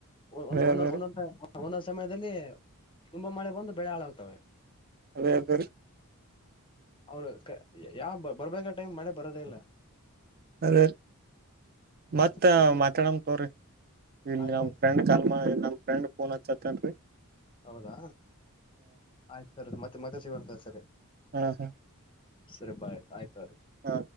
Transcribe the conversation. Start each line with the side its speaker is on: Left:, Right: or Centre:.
Left: ಒ ಒಂದು
Right: ಅದೇ
Left: ಒಂದು
Right: ಅದೇ
Left: ಒಂದೊಂಟ
Right: ರೀ
Left: ಒಂದೊಂದು ಸತಿ ಸಮಯದಲ್ಲಿ ತುಂಬಾ ಮಳೆ ಬಂದು ಬೆಳೆ ಹಾಳಾಗ್ತವೆ
Right: ಅದೇ ಬೇರೇ
Left: ಅವ್ರ ಯಾವ ಬರ್ಬೇಕ ಟೈಮ್ ಮಳೆ ಬರೋದೇ ಇಲ್ಲ
Right: ಅದೀ ಮತ್ತ
Left: ಹಂಗ
Right: ಮಾತಾಡಮ ತಗೋರಿ ಇಲ್ಲಿ
Left: ಆಯ್ತಾಯ್ತು
Right: ನಮ್ಮ್ ಫ್ರೆಂಡ್ ಕಲ್ಮ ನ ಫ್ರೆಂಡ್ ಫೋನ್ ಹಚ್ಚತೇನ್ರಿ
Left: ಹೌದಾ ಆಯ್ತು ಸರ್ದು ಮತ್ತೆ ಸಿಗೋಣ ಸರಿ
Right: ಹಾ ಹಾ
Left: ಸರಿ ಬೈ ಆಯ್ತು ತಗೋರಿ
Right: ಹಾ